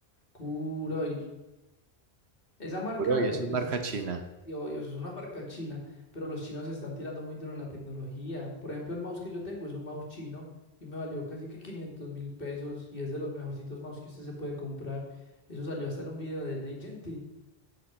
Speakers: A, on the left (about 60°); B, on the right (about 85°).
A: Kuroi. Esa marca,
B: Puro y
A: eh,
B: eso
A: pues
B: es marca china.
A: Sí, obvio, eso es una marca china, pero los chinos se están tirando muy duro en la tecnología. Por ejemplo, el mouse que yo tengo es un mouse chino y me valió casi que 500 mil pesos y es de los mejorcitos mouse que usted se puede comprar. Eso salió hasta en un video de Nate Gentil.